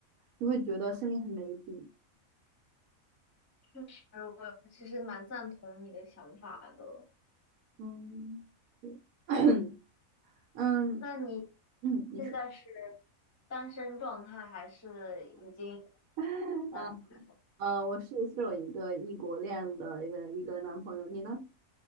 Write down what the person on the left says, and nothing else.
就是我其实蛮赞同你的想法的。
那你
现在是单身状态，还是已经有男朋友